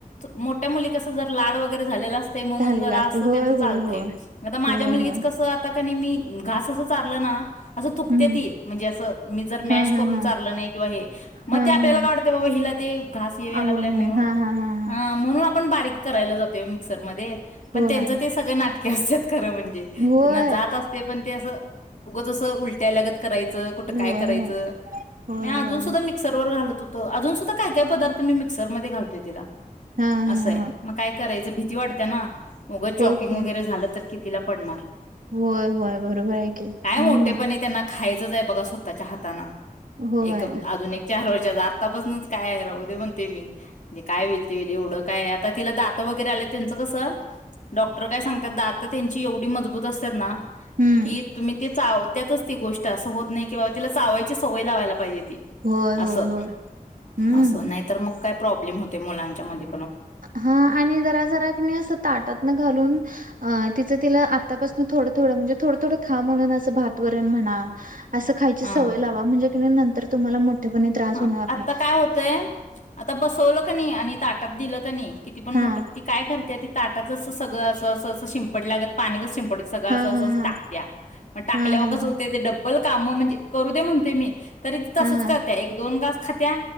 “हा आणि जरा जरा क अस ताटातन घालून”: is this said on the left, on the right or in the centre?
Right